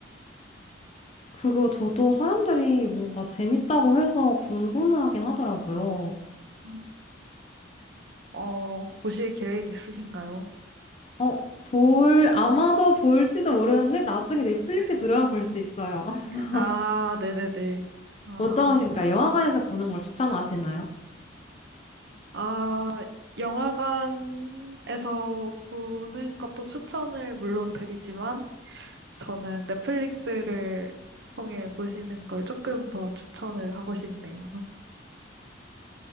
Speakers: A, on the left; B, on the right.
A: 그거 저도 사람들이 뭔가 재밌다고 해서 궁금하긴 하더라고요.
B: 음, 어, 보실 계획 있으신가요?
A: 어, 볼, 아마도 볼지도 모르는데 나중에 넷플릭스에
B: 네.
A: 들어야 볼 수 있어요. <laughs>
B: 아, 네네네. 아.
A: 어떠하신가요? 영화관에서 보는 걸 추천하시나요?
B: 아, 영화관에서 보는 것도 추천을 물론 드리지만, 저는 넷플릭스를 통해 보시는 걸 조금 더 추천을 하고 싶네요.